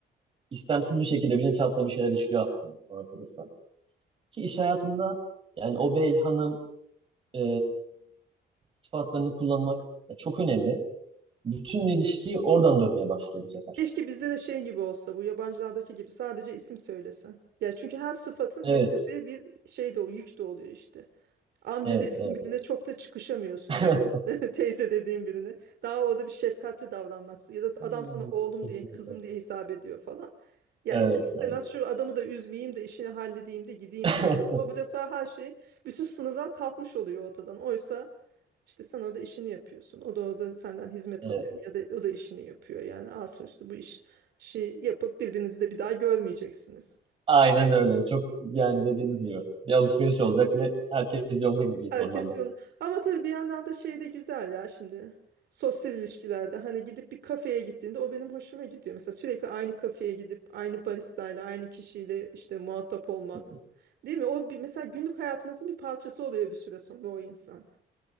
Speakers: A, on the right; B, on the right.
A: istemsiz bir şekilde bilinçaltına bir şeyler işliyor aslında bana kalırsa. Ki iş hayatında yani o bey, hanım, e, sıfatlarını kullanmak e, çok önemli. Bütün ilişkiyi oradan dönmeye başlıyor bu sefer.
B: Keşke bizde de şey gibi olsa bu yabancılardaki gibi sadece isim söylesen. Ya çünkü her sıfatın
A: Evet,
B: getirdiği bir şey de o yük de oluyor işte. Amca
A: evet,
B: dediğin
A: evet.
B: birine çok da çıkışamıyorsun
A: <laughs>
B: değil mi? <laughs> Teyze dediğin birine. Daha orada bir şefkatli davranmak. Ya da
A: Hmm,
B: adam sana oğlum
A: Kesinlikle.
B: diye, kızım diye hesap ediyor falan. Ya
A: Evet,
B: ister istemez
A: evet,
B: şu adamı da üzmeyeyim de işini halledeyim de gideyim
A: <laughs>
B: diyor. Ama bu defa her şey, bütün sınırlar kalkmış oluyor ortadan. Oysa işte sen orada işini yapıyorsun. O da orada senden hizmet
A: evet.
B: alıyor. Ya da o da işini yapıyor. Yani altı üstü bu iş, işi yapıp birbirinizi de bir daha görmeyeceksiniz.
A: Aynen öyle. Çok yani dediğiniz gibi. Bir alışveriş olacak ve herkes yoluna gidecek
B: Herkes
A: normalde.
B: yolunu. Ama tabii bir yandan da şey de güzel ya şimdi. Sosyal ilişkilerde hani gidip bir kafeye gittiğinde o benim hoşuma gidiyor. Mesela sürekli aynı kafeye gidip aynı baristayla aynı kişiyle işte muhatap olmak.
A: Hı.
B: Değil mi? O bir, mesela günlük hayatınızın bir parçası oluyor bir süre sonra o insan.